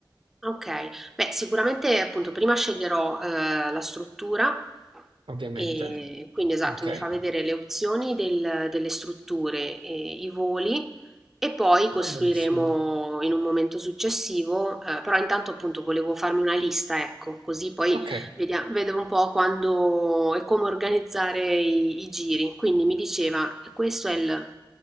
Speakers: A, in the centre; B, on the right.
A: Okay. Beh, sicuramente appunto prima sceglierò, ehm, la struttura,
B: ovviamente.
A: ehm, quindi esatto,
B: Ok,
A: mi fa vedere le opzioni del delle strutture e i voli e poi costruiremo
B: va benissimo.
A: in un momento successivo, ehm, però intanto appunto volevo farmi una lista, ecco, così poi
B: Ok.
A: Vedia- vedevo un po' quando e come organizzare i, i giri. Quindi mi diceva, questo è il...